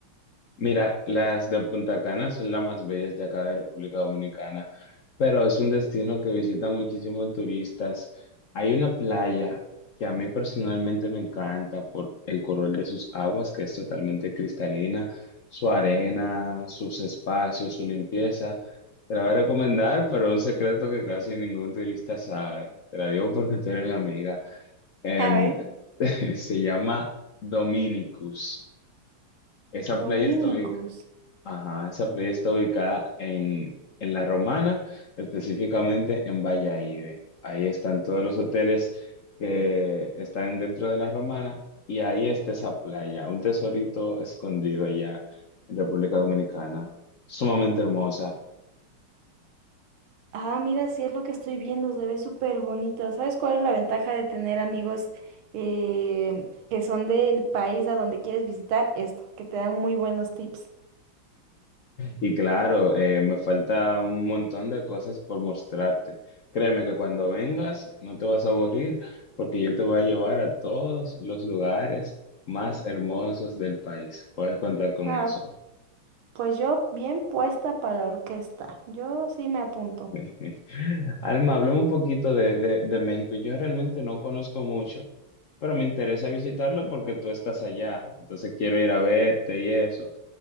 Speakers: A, on the left; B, on the right.
A: Mira, las de Punta Cana son las más bellas de acá de República Dominicana, pero es un destino que visitan muchísimos turistas. Hay una playa que a mí personalmente me encanta por el color de sus aguas, que es totalmente cristalina, su arena, sus espacios, su limpieza. Te la voy a recomendar, pero un secreto que casi ningún turista sabe. Te la digo porque tú eres mi amiga. Em,
B: A ver,
A: <laughs> se llama Dominicus. Esa
B: Dominicus.
A: playa está ubicada Ajá, esa playa está ubicada en, en La Romana, específicamente en Valladolid. Ahí están todos los hoteles que están dentro de La Romana y ahí está esa playa, un tesorito escondido allá en República Dominicana, sumamente hermosa.
B: Ah, mira, sí es lo que estoy viendo, se ve súper bonito. ¿Sabes cuál es la ventaja de tener amigos eh, que son del país a donde quieres visitar? Esto, que te dan muy buenos tips.
A: Y claro, eh, me falta un montón de cosas por mostrarte. Créeme que cuando vengas no te vas a aburrir porque yo te voy a llevar a todos los lugares más hermosos del país. Puedes contar con
B: Ah,
A: eso.
B: pues yo bien puesta para la orquesta. Yo sí me apunto.
A: <laughs> Alma, hablemos un poquito de, de, de México. Yo realmente no conozco mucho, pero me interesa visitarlo porque tú estás allá. Entonces quiero ir a verte y eso.